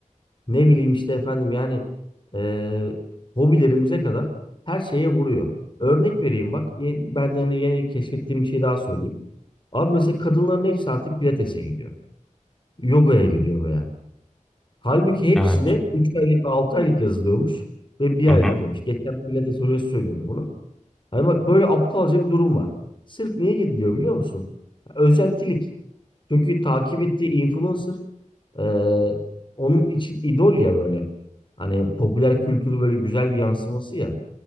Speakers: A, on the left; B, in the centre.
A: ne bileyim işte efendim yani e, hobilerimize kadar her şeye vuruyor. Örnek vereyim bak. Ye- Ben yani yeni keşfettiğim bir şey daha söyleyeyim. Abi mesela kadınların hepsi artık pilatese gidiyor. Yogaya gidiyor veya. Halbuki hepsi
B: Evet.
A: de 3 aylık 6 aylık yazılıyormuş ve bir
B: Hı hı.
A: ay gidiyormuş. Geçen pilates hocası söylüyordu bunu. Hani bak böyle aptalca bir durum var. Sırf niye gidiliyor biliyor musun? Özentilik. Çünkü takip ettiği influencer e, onun için idol ya böyle. Hani popüler kültürü böyle güzel bir yansıması ya.